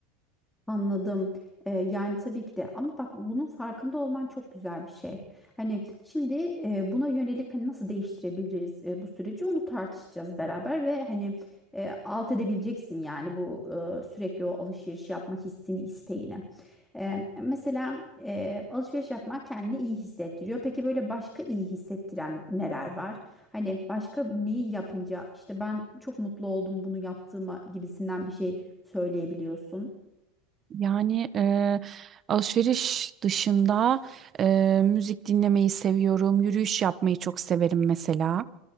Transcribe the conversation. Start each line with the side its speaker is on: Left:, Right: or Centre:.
Centre: Anladım. Ee, yani tabii ki de ama bak bunun farkında olman çok güzel bir şey. Hani şimdi e, buna yönelik hani nasıl değiştirebiliriz e, bu süreci onu tartışacağız beraber ve hani e, alt edebileceksin yani bu e, sürekli o alışveriş yapma hissini isteğini. E, mesela e, alışveriş yapmak kendini iyi hissettiriyor. Peki böyle başka iyi hissettiren neler var? Hani başka neyi yapınca işte ben çok mutlu oldum bunu yaptığıma gibisinden bir şey söyleyebiliyorsun.
Right: Yani e, alışveriş dışında e, müzik dinlemeyi seviyorum. Yürüyüş yapmayı çok severim mesela.